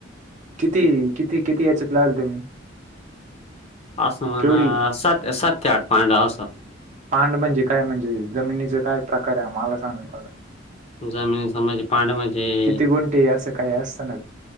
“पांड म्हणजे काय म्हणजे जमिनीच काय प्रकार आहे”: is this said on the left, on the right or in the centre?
Right